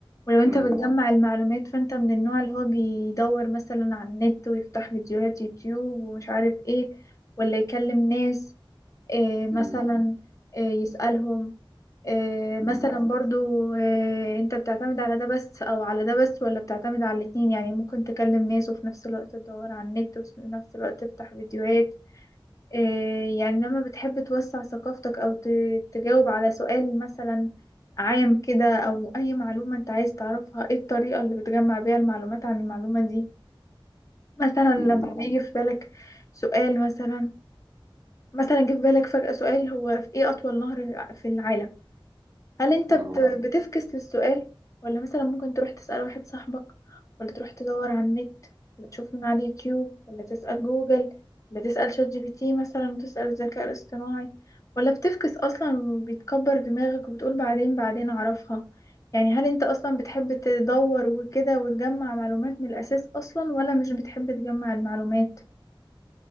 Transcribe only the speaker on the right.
امم
امم
مم.
امم
امم.
اه